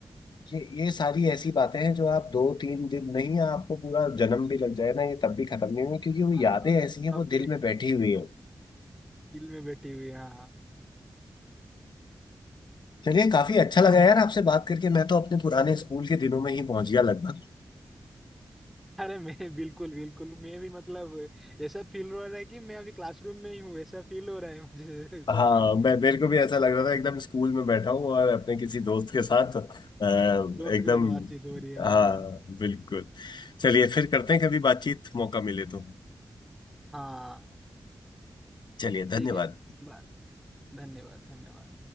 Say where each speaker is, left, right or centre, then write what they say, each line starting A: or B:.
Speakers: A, on the left; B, in the centre.
A: ये ये सारी ऐसी बातें हैं जो आप दो तीन दिन नहीं आपको पूरा जन्म भी लग जाए ना ये तब भी खत्म नहीं होंगी क्योंकि वो यादें
B: हाँ
A: ऐसी हैं
B: तब
A: वो
B: भी
A: दिल
B: ये
A: में
B: खत्म
A: बैठी
B: नहीं
A: हुई
B: होगा
A: हैं
B: दिल में बैठी हुई है, हाँ
A: चलिए काफी अच्छा लगा यार आपसे बात करके मैं तो अपने पुराने स्कूल के दिनों में ही पहुंच गया लगभग
B: अरे मैं बिल्कुल बिल्कुल मैं भी मतलब ऐसा फील हो रहा है कि मैं अभी क्लासरूम में ही हूँ ऐसा फील हो रहा है मुझे <laughs>
A: हाँ
B: सच में
A: मैं मेरे को भी ऐसा लग रहा था एकदम स्कूल में बैठा हूँ और अपने किसी दोस्त के साथ अ, एकदम
B: दोस्त के साथ बातचीत हो रही है हमारी
A: हाँ बिल्कुल चलिए फिर करते हैं कभी बातचीत मौका मिले तो
B: हाँ
A: चलिए
B: ठीक
A: धन्यवाद
B: है बा- धन्यवाद धन्यवाद